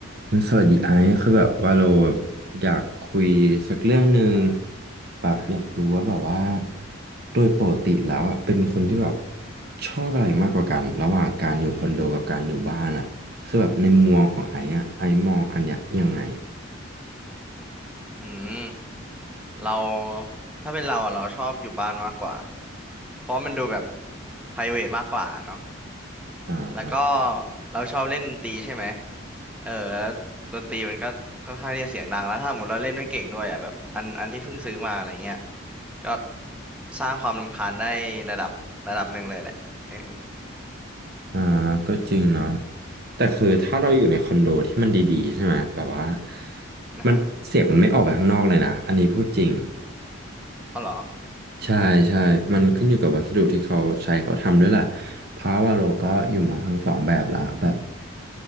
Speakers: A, on the right; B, in the centre.
A: เฮ้ยสวัสดีไอซ์คือแบบว่าเราอยากคุยสักเรื่องหนึ่ง
B: อ่
A: แบบอยากรู้ว่าแบบว่า
B: าฮะ
A: โดยปกติแล้วอะเป็นคนที่แบบชอบอะไรมากกว่ากันระหว่างการอยู่คอนโดกับการอยู่บ้านอ่ะคือแบบในมุมมองของไอซ์อ่ะไอซ์มองอันเนี้ยยังไง
B: อืมเราถ้าเป็นเราอะเราชอบอยู่บ้านมากกว่าเพราะมันดูแบบ private มากกว่าเนาะ
A: อ่า
B: แล้วก็เราชอบเล่นดนตรีใช่ไหมเออแล้วดนตรีมันก็ค่อนข้างที่จะเสียงดังแล้วถ้าสมมติเราเล่นไม่เก่งด้วยอ่ะแบบอันอันที่เพิ่งซื้อมาอะไรเงี้ยก็สร้างความรำคาญได้ระดับระดับหนึ่งเลยแหละเออ
A: อ่าก็จริงเนาะแต่คือถ้าเราอยู่ในคอนโดที่มันดีๆใช่ไหมแบบว่า
B: อืมนะฮะ
A: มันเสียงมันไม่ออกไปข้างนอกเลยนะอันนี้พูดจริง
B: อ๋อเหรอ
A: ใช่ใช่มันขึ้นอยู่กับวัสดุที่เขาใช้เขาทำด้วยแหละเพราะว่าโลก็อยู่มาทั้งสองแบบละแบบ